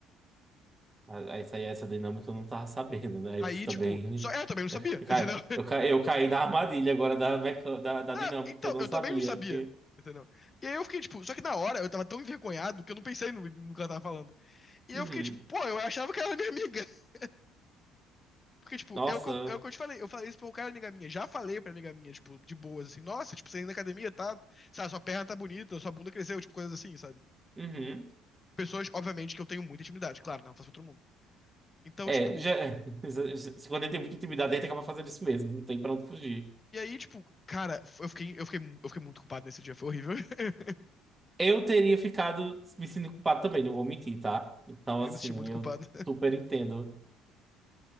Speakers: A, on the right; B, on the left.
A: Ah, Essa aí, essa dinâmica eu não tava sabendo, né? Aí
B: Aí,
A: você também.
B: tipo, só ela também não sabia,
A: <laughs> Eu
B: <laughs>
A: caí,
B: entendeu?
A: eu ca- eu caí na armadilha agora da, meca- da, da
B: Não,
A: dinâmica
B: então,
A: que eu não
B: eu
A: sabia.
B: também não sabia.
A: Porque...
B: Entendeu? E aí eu fiquei, tipo, só que na hora eu tava tão envergonhado que eu não pensei no, no que ela tava falando. E
A: Uhum.
B: eu fiquei, tipo, pô, eu achava que ela era minha amiga. <laughs> Porque, tipo,
A: Nossa.
B: é o que eu, é o que eu te falei. Eu falei isso pra um cara amiga minha. Já falei pra amiga minha, tipo, de boas, assim, nossa, tipo, você indo na academia, tá? Sabe, sua perna tá bonita, sua bunda cresceu, tipo, coisas assim, sabe?
A: Uhum.
B: Pessoas, obviamente, que eu tenho muita intimidade, claro, né, não faço pra todo mundo. Então,
A: É,
B: tipo,
A: já... <laughs> quando ele tem muita intimidade, ele acaba fazendo isso mesmo, não tem pra onde fugir.
B: e aí, tipo, cara, eu fiquei, eu fiquei, eu fiquei muito culpado nesse dia, foi horrível. <laughs>
A: Eu teria ficado me sentindo culpado também, não vou mentir, tá? Então,
B: Eu
A: assim,
B: me senti muito
A: eu
B: culpado. <laughs>
A: super entendo.